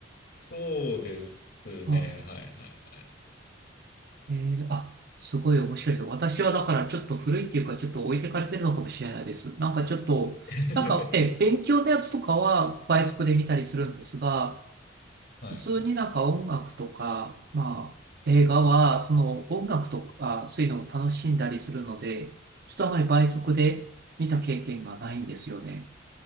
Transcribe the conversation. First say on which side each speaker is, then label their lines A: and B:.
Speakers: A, on the left; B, on the right.
A: そうですね。
B: ああ
A: はいはいはい。
B: えーあ、すごい面白いです。私はだからちょっと古いっていうか、ちょっと置いてかれてるのかもしれないです。なんかちょっと、
A: <laughs>
B: なんか、え、勉強のやつとかは倍速で見たりするんですが、
A: はいはい。
B: 普通になんか音楽とか、まあ、映画は、その音楽とか、そういうのを楽しんだりするので、ちょっとあまり倍速で見た経験がないんですよね。